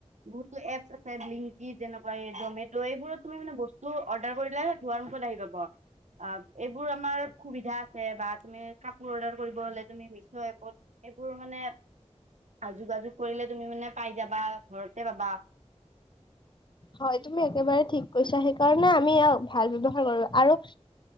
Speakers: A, on the right; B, on the left.
A: বহুতো এপছ আছে ব্লিংকিট যেনেকুৱা জমেট' এইবোৰত তুমি মানে বস্তু অৰ্ডাৰ কৰিলে। দুৱাৰ মুখত আহি পাব। অ', এইবোৰ আমাৰ সুবিধা আছে বা তুমি কাপোৰ অৰ্ডাৰ কৰিব হলে তুমি মিছো এপত। এইবোৰ মানে। যোগাযোগ কৰিলে তুমি মানে পাই যাবা ঘৰতে পাবা।
B: হয় তুমি একেবাৰে ঠিক কৈছা সেইকাৰণে আমি ভাল ব্যৱহাৰ কৰো আৰু।